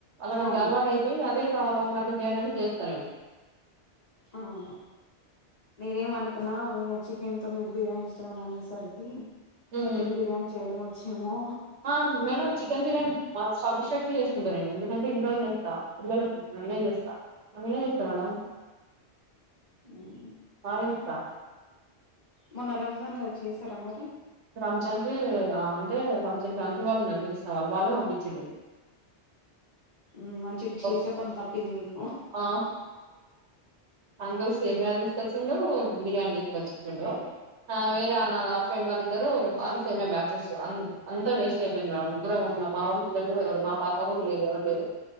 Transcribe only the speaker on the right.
అలాగ అట్ల
అలవాటు అయిపోయి అదే చాలా <unintelligible> చేస్తా నేను
ఉమ్
ఆ నేను చికెన్ బిర్యానీ సఫిషియన్ట్లి చేసుకుంటా నేను ఎందుకంటే <unintelligible> పిల్లలకి నేనే చేస్తా అన్ని చేస్తా మేడం
బయిస్త
రంజాన్ కి ఆ అంటే రంజాన్ <unintelligible> ఉన్నారు తెలుసా వాళ్ళే పంపించిన్రు
ఒక్-
ఆ అంకుల్ స్ సేమయా తీసుకొచ్చిండు బిర్యానీ తీసుకొచ్చి ఇచ్చిండు వేరే ఆ ఫ్రెండ్ వాళ్ళు ఇద్దరు వాళ్ళ సేమి బ్యాచెస్ అంతా వేస్ట్ అయిపోయింది మేడం ముగ్గురం మా వాళ్ళు పిల్లలు కూడా పాప కూడా లేరు ఎవరు లేరు